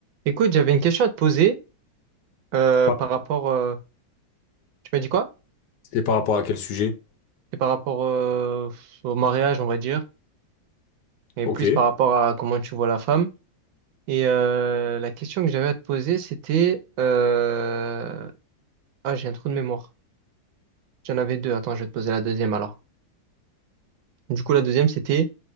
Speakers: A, on the right; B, on the left.
A: Écoute, j'avais une question à te poser euh,
B: Par-
A: par rapport. euh, tu m'as dit quoi?
B: C'était par rapport à quel sujet?
A: Et par rapport euh, au mariage, on va dire, et
B: Ok.
A: plus par rapport à comment tu vois la femme. Et euh, la question que j'avais à te poser, c'était. euh, Ah, j'ai un trou de mémoire. J'en avais deux. Attends, je vais te poser la deuxième alors. Du coup, la deuxième, c'était